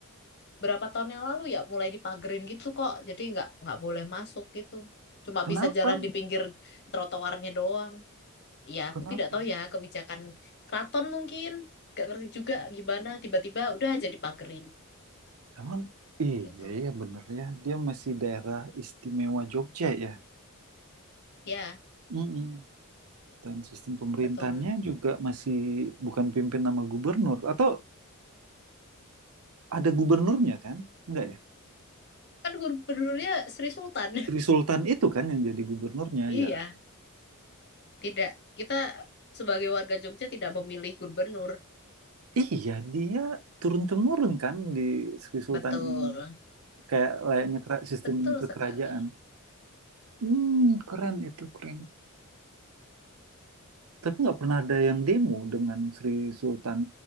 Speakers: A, on the left; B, on the right.
A: berapa tahun yang lalu ya mulai dipagerin gitu kok. Jadi nggak nggak boleh masuk gitu. Cuma
B: kenapa
A: bisa jalan di pinggir trotoarnya doang. Ya
B: kenapa
A: aku tidak tahu ya kebijakan keraton mungkin. Gak ngerti juga gimana tiba-tiba udah jadi pagerin
B: emang iya
A: gitu.
B: iya bener ya dia masih daerah istimewa Jogja ya
A: Ya
B: Mm-mm. dan sistem pemerintahannya
A: betul.
B: juga masih bukan pimpin nama gubernur atau ada gubernurnya kan enggak ya
A: Kan gubernurnya Sri Sultan. <laughs>
B: Sri Sultan itu kan yang jadi gubernurnya
A: Iya
B: ya
A: tidak kita sebagai warga Jogja tidak memilih gubernur.
B: iya dia turun temurun kan di Sri Sultan
A: Betul.
B: ini kayak layaknya kera- sistem
A: Betul
B: kekerajaan
A: sekali.
B: hmm keren itu keren Tapi nggak pernah ada yang demo dengan Sri Sultan